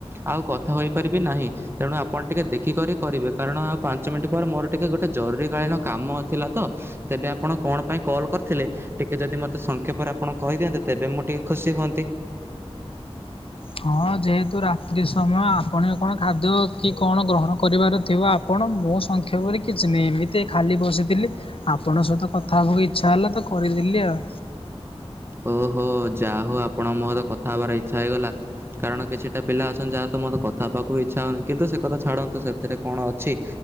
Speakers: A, on the right (about 20°); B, on the left (about 60°).
A: ଆଉ କଥା ହୋଇପାରିବି ନାହିଁ। ତେଣୁ ଆପଣ ଟିକେ ଦେଖିକରି କରିବେ କାରଣ ଆଉ ପାଞ୍ଚ ମିନିଟ୍ ପରେ ମୋର ଟିକେ ଗୋଟେ ଜରୁରୀ କାଳୀନ କାମ ଥିଲା ତ। ତେବେ ଆପଣ କଣ ପାଇଁ କଲ୍ କରିଥିଲେ। ଟିକେ ଯଦି ମୋତେ ସଂକ୍ଷେପରେ ଆପଣ କହିଦିଅନ୍ତେ ତେବେ ମୁଁ ଟିକେ ଖୁସି ହୁଅନ୍ତି।
B: ହଁ ଯେହେତୁ ରାତ୍ରି ସମୟ ଆପଣ କଣ ଖାଦ୍ୟ କି କଣ ଗ୍ରହଣ କରିବାର ଥିବ ଆପଣ ମୋ ସଂକ୍ଷେପରେ କିଛି ନାହିଁ ଏମିତି ଖାଲି ବସିଥିଲି ଆପଣଙ୍କ ସହିତ କଥା ହେବାକୁ ଇଚ୍ଛା ହେଲା ତ କରିଦେଲି ଆଉ
A: ଓହୋ ଯା ହଉ ଆପଣ ମର କଥା ହବାର ଇଚ୍ଛା ହେଇଗଲା। କାରଣ କିଛିଟା ପିଲା ଅଛନ୍ତି ଯାହା ତ ମୋର କଥା ହେବାକୁ ବି ଇଚ୍ଛା ହେଉନି କିନ୍ତୁ ସେ କଥା ଛାଡ଼ନ୍ତୁ ସେଥିରେ କଣ ଅଛି।